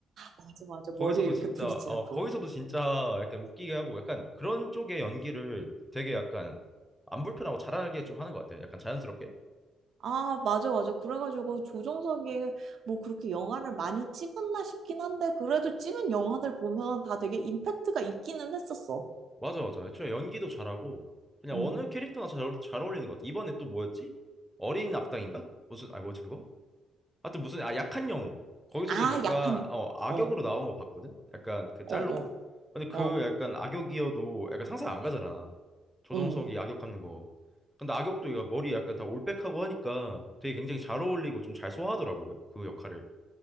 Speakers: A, on the right; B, in the centre.
A: 맞아, 맞아.
B: 거기서도
A: 머리에 이렇게
B: 진짜
A: 브릿지
B: 어
A: 넣고.
B: 거기서도 진짜 약간 웃기게 하고 약간 그런 쪽의 연기를 되게 약간 안 불편하고 잘하게 좀 하는 것 같아요. 약간 자연스럽게.
A: 아, 맞아, 맞아. 그래가지고 조정석이 뭐 그렇게 영화를 많이 찍었나 싶긴 한데, 그래도 찍은 영화들 보면 다 되게 임팩트가 있기는 했었어.
B: 맞아 맞아. 애초에 연기도 잘하고 그냥
A: 음.
B: 어느 캐릭터나 잘, 어울- 잘 어울리는 것 같아. 이번에 또 뭐였지? 어린 악당인가? 무슨 아 뭐지 그거? 하여튼 무슨 아 약한 영웅 거기서도
A: 아,
B: 잠깐
A: 약한 영.
B: 어 악역으로
A: 어,
B: 나온 거 봤거든 약간 그
A: 어,
B: 짤로
A: 어,
B: 근데 그
A: 어,
B: 약간 악역이어도 약간 상상 안 가잖아 조정석이
A: 음.
B: 악역 하는 거 근데 악역도 얘가 머리 약간 다 올백하고 하니까 되게 굉장히 잘 어울리고 좀 잘 소화하더라고 그 역할을